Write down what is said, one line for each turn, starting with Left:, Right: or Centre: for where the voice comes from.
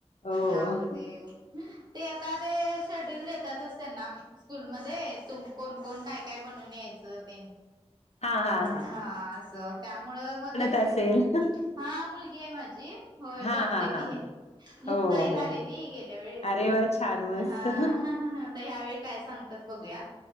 Left: हो.
Right: नामदेव ते यता ते शेड्युल देतातस त्यांना स्कूलमध्ये तुम कोण कोण काय काय बनून यायचं ते
Left: हा हा.
Right: हा असं त्यामुळं मग ते स्टेज
Left: असेल?
Right: हा मुलगी आहे माझी. होय
Left: हां,
Right: बनते
Left: हां, हां.
Right: की मुक्ताई
Left: हो, हो.
Right: झालेली गेल्या वेळेस
Left: अरे वाह! छान मस्त.
Right: हा आता ह्यावेळी काय सांगतात बघूया.